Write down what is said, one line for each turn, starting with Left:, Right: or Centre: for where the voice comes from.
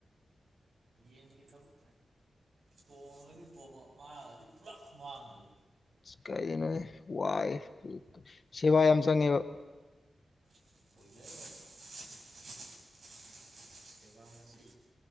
Right: ꯌꯦꯟꯒꯤ ꯊꯕꯛ ꯇꯣꯡꯉꯗꯤ ꯃꯥꯡꯉꯗꯤ ꯄꯨꯂꯞ ꯃꯥꯡꯗ꯭ꯔꯤ
Left: ꯀꯔꯤꯅꯣ ꯋꯥꯏ ꯁꯦꯕꯥ ꯌꯥꯝ ꯆꯪꯉꯦꯕ
Right: ꯄꯨꯂꯅꯤ ꯁꯕꯥꯁꯤ